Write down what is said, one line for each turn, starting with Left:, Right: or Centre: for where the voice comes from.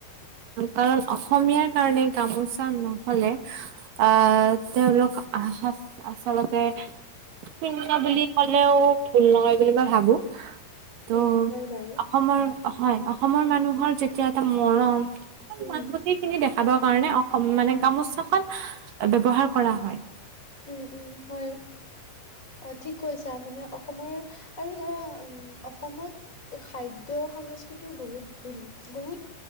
Right: কাৰণ অসমীয়াৰ কাৰণে গামোচা নহলে আহ তেওঁলোক আহ আচলতে শূন্য বুলি ক'লেও ভুল নহয় বুলি মই ভাবো ত'
Left: উম, হয় বাৰু
Right: অসমৰ হয়, অসমৰ মানুহৰ যেতিয়া এটা মৰম সন্মান
Left: উম,
Right: গোতেই খিনি দেখাবৰ কাৰণে অসম মানে গামোচাখন ব্যৱহাৰ কৰা হয়
Left: উম উম হয় অ ঠিক কৈছা মানে অসমৰ আৰু ধৰা উম অসমত সাহিত্য সংস্কৃতিও বহুত বো বহুত